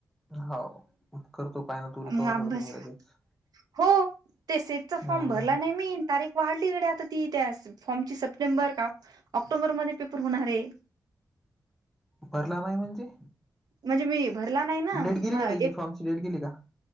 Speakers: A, in the centre; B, on the right.
A: होव करतो पाय ना तू रिकवर
B: मग अभ्यास
A: करतो मी लगेच.
B: हो ते सिटचा
A: हम्म
B: फॉर्म भरला नाही मी तारीख हल्लीकडे आता ती त्या फॉर्म ची सप्टेंबर का, ऑक्टोबरमध्ये पेपर हुणार हेय.
A: भरला नाही म्हणजे?
B: म्हणजे मी भरला नाही ना
A: डेट गेली
B: म
A: का त्याची
B: एक
A: फॉर्मची डेट गेली का